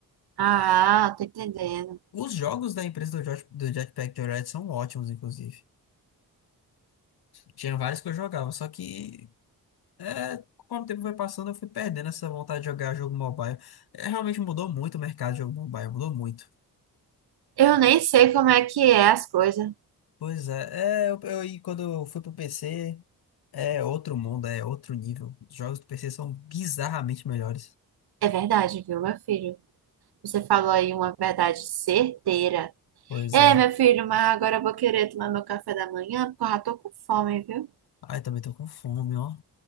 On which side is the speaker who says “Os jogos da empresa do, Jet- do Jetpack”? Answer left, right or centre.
Left